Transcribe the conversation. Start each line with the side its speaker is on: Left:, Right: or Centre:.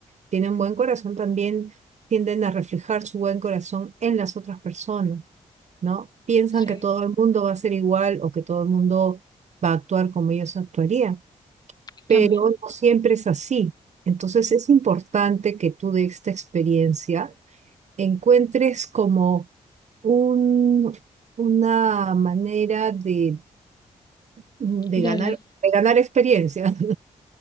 Right: tienen un buen corazón también tienden a reflejar su buen corazón en las otras personas, ¿no? Piensan
Left: Sí,
Right: que todo el mundo va a ser igual o que todo el mundo va a actuar como ellos actuarían, pero
Left: también.
Right: no siempre es así. Entonces es importante que tú de esta experiencia encuentres como un, una manera de, de
Left: De,
Right: ganar, de ganar experiencia, <laughs>